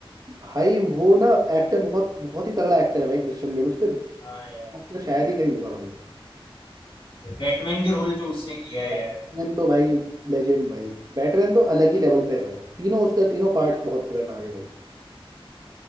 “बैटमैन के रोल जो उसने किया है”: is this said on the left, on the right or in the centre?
Left